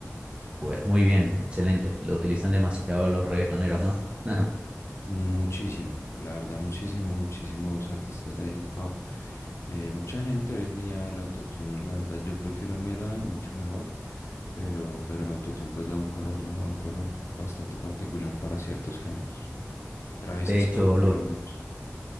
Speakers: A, on the right; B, on the left.
A: Pues muy bien, excelente. Lo utilizan demasiado los reggaetoneros, ¿no? <laughs>
B: Muchísimo, la verdad, muchísimo, muchísimos artistas de hip hop. Eh, mucha gente hoy en día el autotune, la verdad, yo prefiero el Melodyne mucho mejor, pero, pero el autotune pues da un color, ¿no? Da un color bastante particular para ciertos géneros. Travis
A: De
B: Scott,
A: hecho,
B: por
A: lo,
B: lo menos.